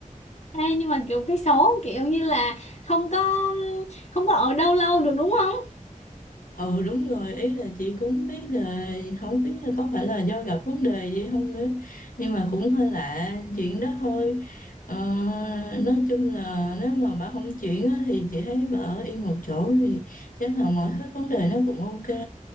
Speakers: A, on the left; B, on the left.
A: Ê, nhưng mà kiểu cái số kiểu như là không có không có ở đâu lâu được đúng không?
B: ừ đúng rồi ý là chị cũng biết là không biết là có phải là do gặp vấn đề gì không nữa nhưng mà cũng hơi lạ chuyện đó thôi ờ, nói chung là nếu mà bà không chuyển á, thì chị thấy bà ở yên một chỗ thì chắc là mọi thứ vấn đề nó cũng ok